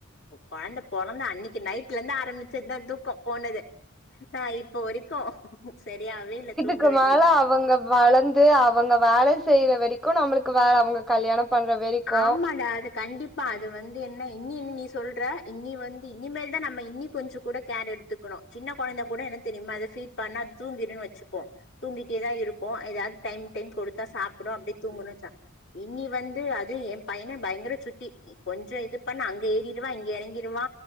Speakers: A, on the left; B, in the centre.
A: கொழந்த பொறந்த அன்னக்கி நைட்லந்து ஆரம்பிச்சதா தூக்கொ போனது தா இப்ப வரைக்கு சரியாவே இல்ல தூங்குறதுன்னு
B: க்கு மேல அவங்க வளந்து அவங்க வே ஆலல் செய்ற வரைக்கு நம்ளுக்கு வே அவுங்க கல்யாணம் பண்ற வரைக்கு
A: ஆமாடா அது கண்டிப்பா அது வந்து என்ன இ னி இன்னி சொல்ற இனி வந்து இனிமேல் தா நம்ம இன்னி கொஞ்ச கூட கேர் எடுத்துக்கணு சின்ன கொழந்த கூட என்ன தெரியிமா அத ஃபீட் பண்ணா அது தூங்கிருன் வச்சுக்கோ தூங்கிட்டேதா இருக்கு எதாது டைம் டைம் குடுத்தா சாப்புட அப்டியெ தூங்கணுச்ச இ னி வந்து அ து‌ எ பையன பயங்கர சுட்டி கொஞ்சொ இது பண்ணா அங்க ஏறிடுவா இங்க எறங்கிடுவா